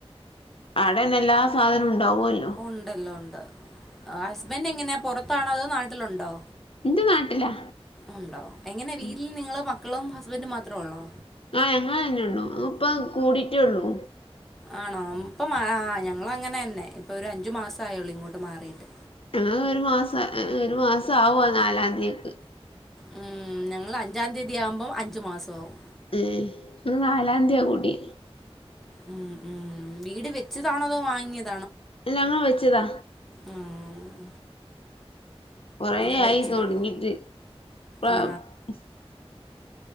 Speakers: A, on the left; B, in the centre.
A: അടെന്നെ എല്ലാ സാധനവും ഉണ്ടാവല്ലോ.
B: ഉണ്ടല്ലോ ഉണ്ട് ഹസ്ബൻഡ് എങ്ങനാ പുറത്താണോ അതോ നാട്ടിലുണ്ടോ
A: എന്റെ നാട്ടിലാ
B: ഉണ്ടോ എങ്ങനെ വീട്ടിൽ
A: ഉം
B: നിങ്ങള് മക്കളും ഹസ്ബൻറും മാത്രേ ഉള്ളോ?
A: ആഹ ഞങ്ങ തന്നെള്ളൂ ഇപ്പൊ കൂടിട്ടള്ളൂ.
B: ആണോപ്പ ആ ഞങ്ങൾഅങ്ങനെ തന്നെ ഇപ്പൊ ഒരു അഞ്ചു മാസം ആയള്ളൂ ഇങ്ങോട്ട് മാറിട്ട്.
A: ഞങ്ങൾഒരു മാസം ഒരു മാസം ആവുവാ നാലാം തീയക്ക്
B: ഉം ഞങ്ങൾ അഞ്ചാം തീയതി ആവുമ്പോം അഞ്ചു മാസാവും.
A: ഉം ഇന്ന് നാലാംതിയയാ കൂട്ടി
B: ഉം ഉം വീട് വെച്ചതാണോ അതോ വാങ്ങിയത്
A: ഇല്ലങ്ങ വെച്ചതാ.
B: ഉം
A: കുറേ
B: ഇത് വെച്ചതാ
A: ആയി തുടങ്ങിട്ട് ഇപ്പോ
B: ആ
A: ഉം